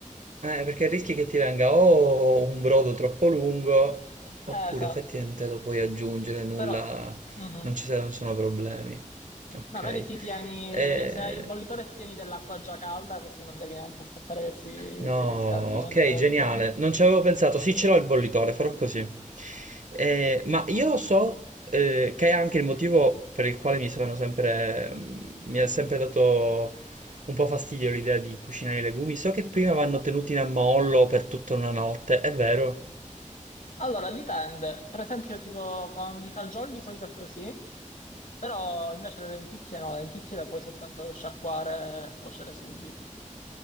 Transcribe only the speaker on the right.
Eh, perché rischi che ti venga o un brodo troppo lungo, oppure
effettivamente lo puoi aggiungere, nulla,
non ci saranno sono problemi. Ok.
Eh,
No,
ok,
geniale.
Non ci avevo pensato. Sì, ce l'ho il bollitore, farò così. Eh, ma io so eh, che è anche il motivo per il quale mi sono sempre, mm, mi ha sempre dato un po' fastidio l'idea di cucinare i legumi. So che prima vanno tenuti in ammollo per tutta una notte, è vero?